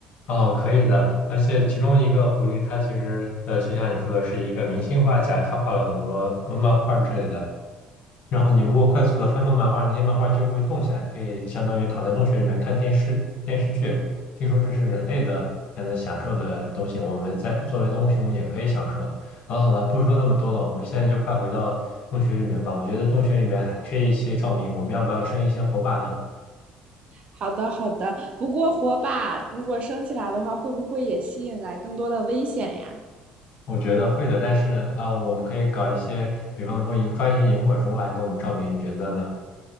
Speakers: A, on the left; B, on the right.
A: 哦，可以的。而且其中一个狐狸，它其实呃，就像你说的，是一个明星画家，他画了很多漫画之类的。然后你如果快速的翻动漫画，那些漫画就会动起来，可以相当于躺在洞穴里面看电视电视剧。听说这是人类的才能享受的东西，我们在作为棕熊也可以享受了。好了好了，不说那么多了，我们现在就快回到洞穴里面吧。我觉得洞穴里面还缺一些照明，我们要不要生一些火把呢？
B: 好的，好的。不过火把如果升起来的话，会不会也吸引来更多的危险呀？
A: 我觉得会的，但是啊、呃我们可以搞一些，比方说引抓一些萤火虫来给我们照明，你觉得呢？